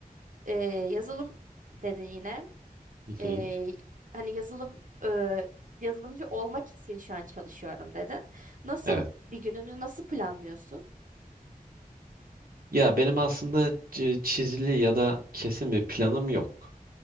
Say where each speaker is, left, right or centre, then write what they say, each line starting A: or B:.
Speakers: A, on the right (about 60°); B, on the right (about 70°).
A: e, yazılım dedin yine.
B: hı
A: E,
B: hı.
A: hani yazılım e, yazılımcı olmak için şu an çalışıyorum dedin. Nasıl
B: Evet.
A: bir gününü nasıl planlıyorsun?
B: Ya benim aslında çi- çizili ya da kesin bir planım yok.